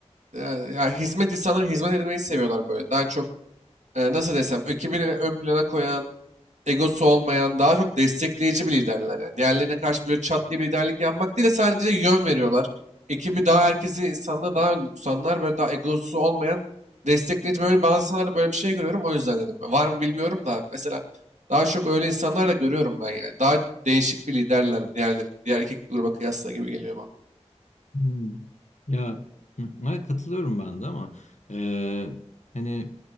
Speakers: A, on the right (about 85°); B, on the left (about 85°).
A: e, ya hizmet insanları hizmet etmeyi seviyorlar böyle. Daha çok e, nasıl desem ekibini ön plana koyan egosu olmayan, daha çok destekleyici bir liderler yani. Diğerlerine karşı böyle çat diye bir liderlik yapmak değil de sadece yön veriyorlar. Ekibi daha herkesi insanları daha önde tutanlar böyle daha egosu olmayan destekleyici böyle bazı insanlarda böyle bir şey görüyorum o yüzden dedim. Var mı bilmiyorum da mesela daha çok öyle insanlar da görüyorum ben yani. Daha değişik bir liderler diğerlerin diğer iki gruba kıyasla gibi geliyor bana.
B: Hmm. Ya hı, evet, katılıyorum ben de ama e, hani